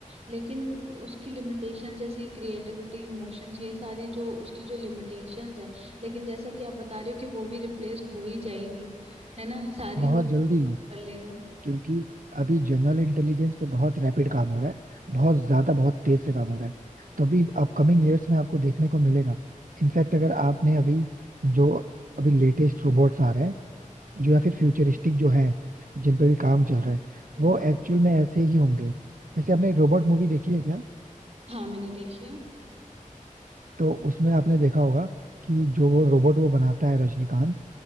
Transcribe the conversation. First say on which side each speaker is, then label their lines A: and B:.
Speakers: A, on the right; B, on the right.
A: लेकिन उसकी लिमिटेशन जैसे क्रिएटिविटी इमोशंस ये सारी जो उसकी जो लिमिटेशंस है लेकिन जैसा कि आप बता रहे हो कि वो भी रिप्लेस हो ही जाएगी है ना सारी
B: बहुत
A: जगह
B: जल्दी
A: रिप्लेस कर लेगा
B: क्योंकि अभी जनरल इंटेलिजेंस पे बहुत रैपिड काम हो रहा है बहुत ज्यादा बहुत तेज से काम हो रहा है तो अभी अपकमिंग ईयर्स में आपको देखने को मिलेगा इनफैक्ट अगर आपने अभी जो अभी लेटेस्ट रोबोट्स आ रहे हैं जो या फिर फ्यूचरिस्टिक जो है जिन पे भी काम चल रहा है
A: हम्म,
B: वो एक्चुअल में ऐसे ही होंगे वैसे आपने रोबोट मूवी देखी है क्या
A: हाँ मैंने देखी है
B: तो उसमें आपने देखा होगा कि जो वो रोबोट वो बनाता है रजनीकांत